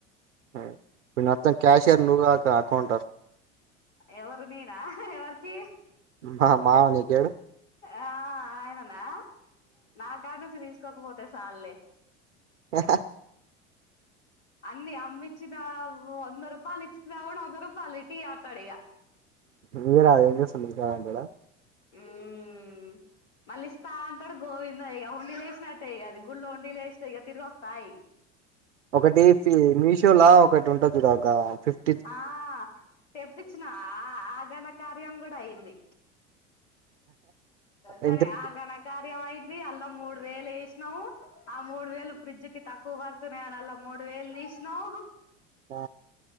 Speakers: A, on the right; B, on the left.
A: ఉమ్ ఇప్పుడు మొత్తం క్యాషయర్ నువ్వుక అకౌంటారు
B: ఎవరు నేనా ఎవరికి
A: మా మావానికీయడు
B: ఆ ఆయననా నా కాడ నుంచి తీసుకోకపోతే సల్లే
A: ఆ
B: అన్ని అమ్మి ఇచ్చినా వంద రూపాయలు ఇచ్చినావుం వంద రూపాయలు ఇటీ పడియా
A: మీరా ఎంజేస్తున్నారు అంటాడా
B: ఉమ్ మళ్ళీ ఇస్తా అంటాడు గోవింద ఇక ఉండి లే వేసినట్టే ఇ అది గుళ్ళలో ఉండి లేస్తా ఇక తిరిగి వస్తాయి
A: ఒకటి ఫి మీషోలా ఒకటి ఉంటుంది చూడ అక్క ఫిఫ్
B: ఆ తెప్పించిన ఆ ఆగనకార్యం కూడా అయింది గని
A: ఇంటి
B: ఆ ఘనకార్య అయింది అల్లా మూడు వేలు వేసినావు ఆ మూడు వేలు ఫ్రిడ్జ్ కి తక్కువ కడుతున్నా అని అలా మూడు వేలు తీసినమ్
A: ఆ